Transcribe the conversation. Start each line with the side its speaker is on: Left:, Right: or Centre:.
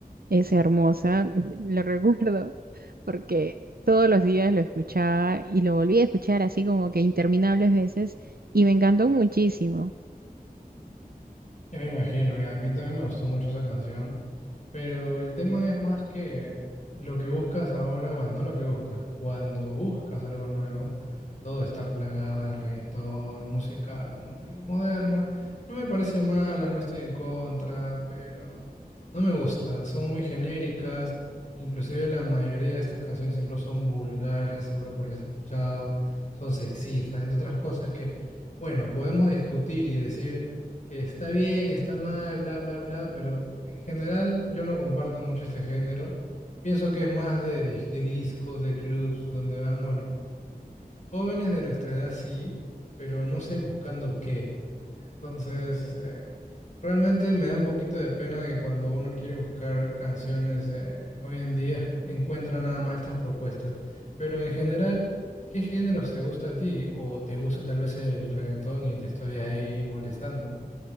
Right: es hermosa, <laughs> lo recuerdo, porque todos los días lo escuchaba y lo volví a escuchar así como que interminables veces y me encantó muchísimo.
Left: Ya me imagino, ya. A mí también me gustó mucho esa canción. Pero el tema es más que lo que buscas ahora, bueno, no lo que buscas, cuando buscas algo nuevo, todo está plagado de reggaetón, música, como te digo, moderna. No me parece mala, no estoy en contra, pero no me gusta, son muy genéricas, inclusive la mayoría de estas canciones incluso son vulgares, seguro por ahí has escuchado, son sexistas, entre otras cosas que, bueno, podemos discutir y decir que está bien, está mal, bla, bla, bla, pero en general yo no comparto mucho este género. Pienso que es más de, dis- de discos, de clubs, donde van, bueno, jóvenes de nuestra edad sí, pero no sé buscando qué. Entonces, eh, realmente me da un poquito de pena de que cuando uno quiere buscar canciones, eh, hoy en día encuentra nada más estas propuestas. Pero en general... ¿Qué géneros te gusta a ti? ¿O te gusta tal vez el reggaetón y te estoy ahí molestando?